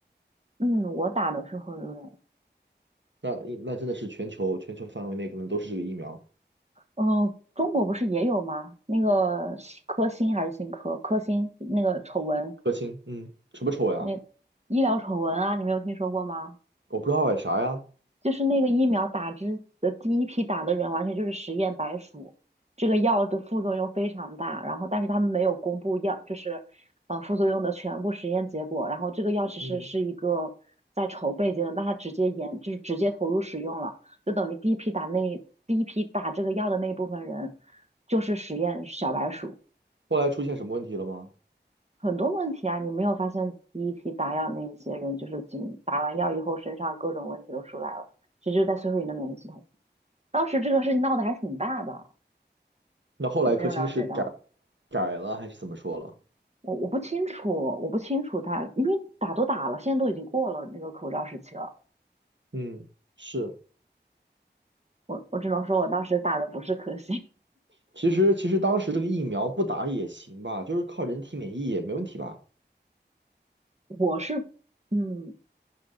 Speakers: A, on the right (about 35°); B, on the right (about 85°).
A: 嗯，我打的是辉瑞。
B: 那那真的是全球全球范围内可能都是这个疫苗。
A: 嗯、中国不是也有吗？那个新科兴还是新科科兴那个丑闻。
B: 科兴，嗯，什么丑呀？
A: 那医疗丑闻啊，你没有听说过吗？
B: 我不知道哎，啥呀？
A: 就是那个疫苗打之的第一批打的人，完全就是实验白鼠。这个药的副作用非常大，然后但是他们没有公布药，就是呃副作用的全部实验结果。然后这个药其实是一个在筹备阶段，
B: 嗯，
A: 那他直接研就是直接投入使用了，就等于第一批打那第一批打这个药的那一部分人就是实验小白鼠。
B: 后来出现什么问题了吗？
A: 很多问题啊，你没有发现第一批打药那一些人，就是仅打完药以后身上各种问题都出来了，其实就在摧毁你的免疫系统。当时这个事情闹得还挺大的，
B: 那后来科兴是改
A: 你没有了解到？
B: 改了还是怎么说了？
A: 我我不清楚，我不清楚他，因为打都打了，现在都已经过了那个口罩时期了。
B: 嗯，是，
A: 我我只能说我当时打的不是科兴，
B: 其实其实当时这个疫苗不打也行吧，就是靠人体免疫也没问题吧？
A: <laughs> 我是嗯